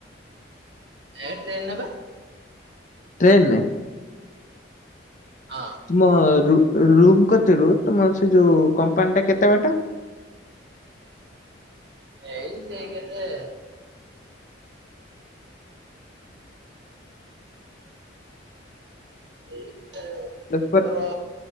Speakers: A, on the right; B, on the left.
A: ଏ ଟ୍ରେନେ ପା।
B: ଟ୍ରେନ ନେ
A: ହଁ।
B: ତୁମ ରୁ ରୁମ କତୁରୁ ତୁମ ସେ ଯୋଉ କମ୍ପାନୀ ଟା କେତେ ବାଟ?
A: ଏଇ ସେଇ କେତେ ଏଇ କେତେ
B: ବେପାର
A: ସତର